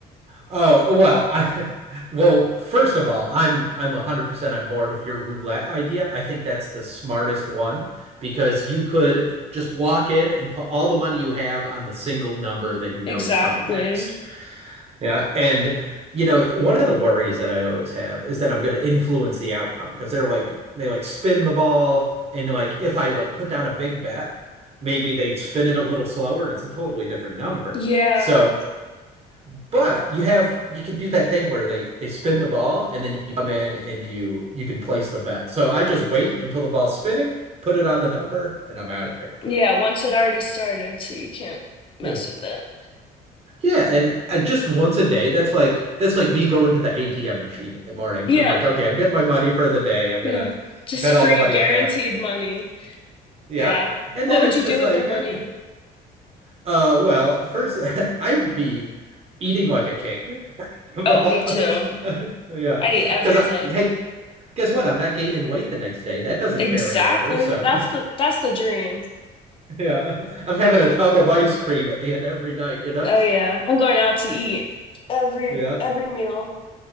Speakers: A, on the right; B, on the left.
A: Oh, well, I, <laughs> well, first of all, I'm I'm 100% on board with your roulette idea. I think that's the smartest one because you could just walk in and put all the money you have on the single number that you
B: Exactly.
A: know is coming next. Yeah, and you know, one of the worries that I always have is that I'm going to influence the outcome because they're like they like spin the ball and like if I like put down a big bet, maybe they spin it a little slower and it's a totally different number.
B: Yeah.
A: So, but you have you can do that thing where they they spin the ball and then you come in and you you can place the bet. So I just wait until the ball's spinning, put it on the number, and I'm out of there.
B: Yeah. Once it already started, so you can't mess
A: Yeah.
B: with it.
A: Yeah, and I just once a day, that's like that's like me going to the ATM machine in the morning.
B: Yeah.
A: I'm like, okay, I'm getting my money for the day. I'm gonna
B: Yeah. Just
A: bet
B: free
A: all the money
B: guaranteed
A: I have.
B: money.
A: Yeah.
B: Yeah.
A: And
B: What
A: then
B: would
A: it's
B: you
A: just
B: do with
A: like,
B: the money?
A: okay, uh, well, first <laughs> I'd be eating like a king. <laughs> of
B: Oh,
A: all.
B: me too.
A: <laughs> Yeah.
B: i need
A: Because
B: everything.
A: I, hey, guess what? I'm not gaining weight the next day. That doesn't
B: Exactly.
A: carry over. So
B: That's the that's the dream.
A: <laughs> yeah, I'm having a tub of ice cream at the end of every night, you know?
B: Oh yeah. I'm going out to eat every
A: Yeah.
B: every meal.